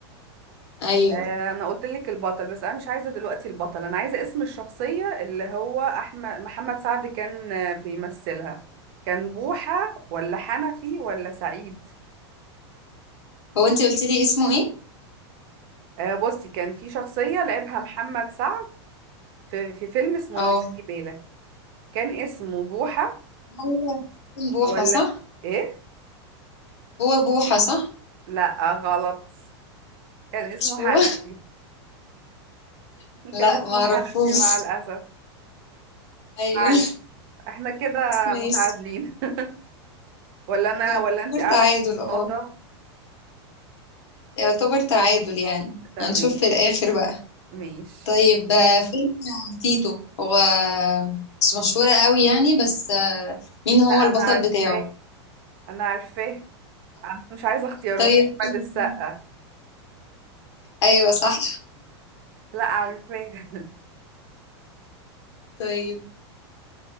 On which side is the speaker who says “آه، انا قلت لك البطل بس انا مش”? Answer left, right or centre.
Right